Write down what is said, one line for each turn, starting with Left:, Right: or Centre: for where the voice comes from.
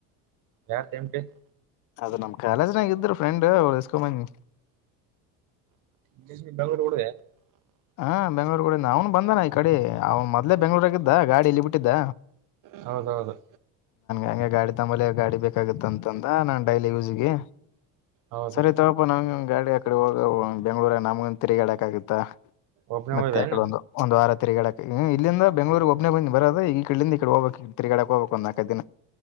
Right: ಯಾರ <unintelligible>
Left: ಅದ ನಮ್ ಕಾಲೇಜ್ನಾಗ ಇದ್ರ ಫ್ರೆಂಡ್ ಅವರ್ದು ಇಸ್ಕೊ ಬದಿನಿ
Right: <unintelligible>
Left: ಹಾ ಬೆಂಗ್ಳೂರ್ ಅವ್ನು ಬಂದಾನ ಈ ಕಡೆ ಅವ್ ಮೊದ್ಲೆ ಬೆಂಗಳೂರಿನಲಿದ ಗಾಡಿ ಇಲ್ಲಿ ಬಿಟ್ಟಿದ್ದ
Right: ಹೌದೌದು
Left: ಹೆಂಗೆ ಗಾಡಿ ತಂಕೊಬಲೇ ಗಾಡಿ ಬೇಕಾಗತ್ತ ಅಂತಂದ ನಾನ್ ಡೈಲಿ ಯೂಸ್ಗೆ
Right: ಹೌದು
Left: ಸರಿ ತಕೊಪ್ಪ ನಂಗ ಗಾಡಿ ಆ ಕಡೆ ಹೋಗ ಬೆಂಗ್ಳೂರ ನಮಗ ತಿರುಗಾಡಕ್ ಆಗತ್ತ
Right: ಒಬ್ನೇ
Left: ಮತ್ತೆ
Right: ಹೋದೆ
Left: ಆಕಡೆ
Right: ಏನು
Left: ಒಂದು ಒಂದು ವಾರ ತಿರ್ಗಡಕ್ ಇಲ್ಲಿಂದ ಬೆಂಗಗಳೂಗ್ ಒಬ್ಬನೆ ಬರದ ಈ ಇಡಿಂದ ಈ ಕಡೆ ಹೋಗ್ಬೇಕಕ್ ತ ತಿಗಾಕ್ ಹೋಗಬೇಕ ಒಂದ ನಾಲ್ಕ ದಿನ